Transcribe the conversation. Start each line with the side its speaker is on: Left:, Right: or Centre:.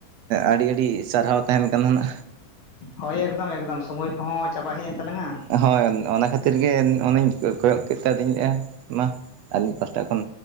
Right: ᱟᱹᱰᱤ ᱟᱹᱰᱤ ᱥᱟᱨᱦᱟᱣ ᱛᱟᱦᱮᱱ ᱠᱟᱱ ᱦᱟᱱᱟ᱾
Left: ᱦᱳᱭ ᱮᱠᱫᱚᱢ ᱮᱠᱫᱚᱢ ᱥᱚᱢᱚᱭ ᱠᱚᱦᱚᱸ ᱪᱟᱵᱟ ᱦᱮᱜ ᱮᱱ ᱛᱟᱞᱟᱝᱟ᱾
Right: ᱦᱳᱭ ᱚᱱᱟ ᱠᱷᱟᱹᱛᱤᱨ ᱜᱮ ᱚᱱᱮᱧ ᱠᱚᱭᱚᱜ ᱠᱮᱫᱛᱮ ᱟᱫᱚᱧ ᱤᱧᱼᱟ ᱢᱟ ᱟᱹᱞᱤᱧ ᱯᱟᱥᱴᱟ ᱠᱷᱚᱱ,